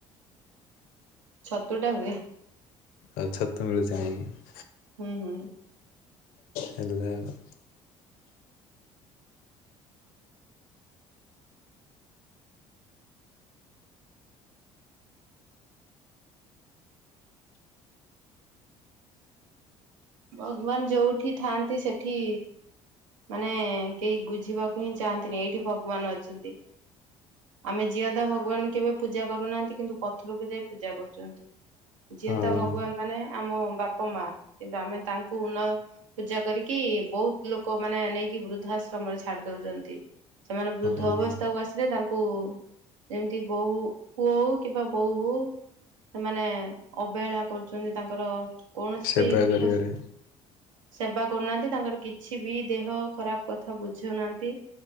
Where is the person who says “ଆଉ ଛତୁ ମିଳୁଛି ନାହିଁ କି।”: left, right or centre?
Left